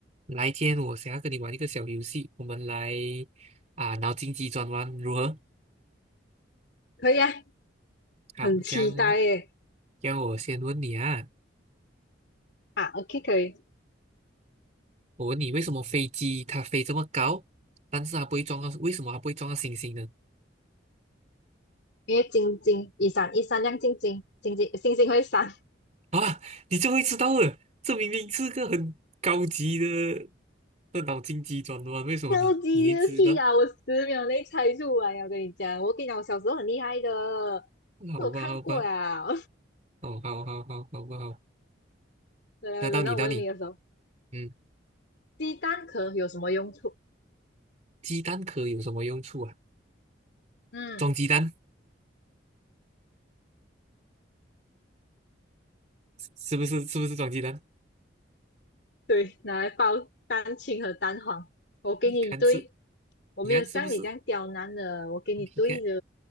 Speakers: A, on the right; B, on the left.
A: 来，今天我想要跟你玩一个小游戏，我们来啊脑筋急转弯如何？
B: 可以啊，
A: 好，
B: 很期待耶！
A: 这样让我先问你啊，
B: 啊，OK，可以，
A: 我问你为什么飞机它飞这么高，但是它不会撞到，为什么它不会撞到星星呢？
B: 因为晶晶一闪一闪亮晶晶，晶晶星星会闪，
A: 啊，你就会知道了，这明明是个很高级的的脑筋急转弯，
B: <laughs>
A: 为什么你你也知道？
B: 超级牛屁啊！我十秒内猜出来啊，我跟你讲，我跟你讲，我小时候很厉害的，
A: 好吧，
B: 这我看过呀。
A: 好吧，哦，好好好，好不好？
B: <laughs> 呃，
A: 那到你，
B: 轮到我问你的时候，
A: 到你，嗯，
B: 鸡蛋壳有什么用处？
A: 鸡蛋壳有什么用处啊？
B: 嗯，
A: 装鸡蛋是不是？是不是装鸡蛋？
B: 对，拿来包蛋清和蛋黄。我给你一堆，
A: 你看这。
B: 我没有像你这样刁难的，
A: 你看是不是？
B: 我给你堆的。
A: 你看，